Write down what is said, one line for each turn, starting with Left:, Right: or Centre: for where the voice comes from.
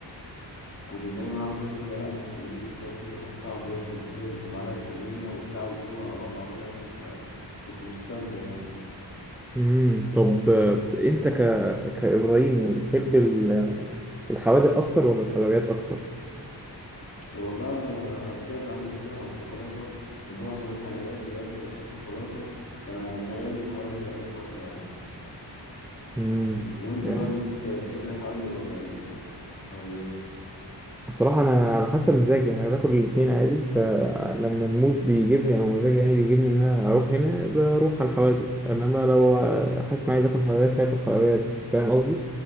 Left: كنت جاي معاه رز وكده لا انا كنت بجيب الفرايد تشيكن احطها على الرز وكده بمعلقه توميه وبتاع وكله على بعضه عمال اكل فكنت مستمتع يعني.
Centre: امم طب آه، انت ك... كابراهيم يعني بتحب ال- الحوادق اكتر ولا الحلويات اكتر
Left: والله أنا قلت لك أنا عندي مشكلة مع الشوكولاتة ومعظم الحلويات دلوقتي بقى فيها شوكولاتة فأنا ميال للحوادق آخر فترة يعني
Centre: امم
Left: وأنت
Centre: يعني
Left: بقى بت... بتحب الحوادق ولا الحلويات؟
Centre: الصراحه انا على حسب مزاجي يعني انا باكل الاثنين عادي فلما المود بيجيبني او مزاجي يعني بيجيبني ان انا اروح هنا بروح على الحوادق انما لو حاسس ان عايز اكل حلويات اكل حلويات فاهم قصدي